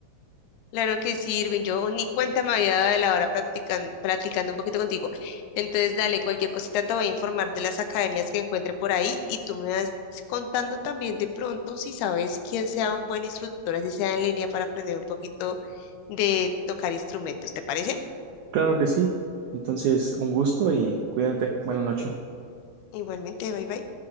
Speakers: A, on the left; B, on the right.
A: Claro que sí, Irving. Yo ni cuenta me había dado de la hora practican- platicando un poquito contigo. Entonces, dale, cualquier cosita te voy a informar de las academias que encuentre por ahí y tú me vas contando también de pronto si sabes quién sea un buen instructor, así sea en línea para aprender un poquito de tocar instrumentos. ¿Te parece?
B: Claro que sí. Entonces, un gusto y cuídate. Buenas noches.
A: Igualmente, bye bye.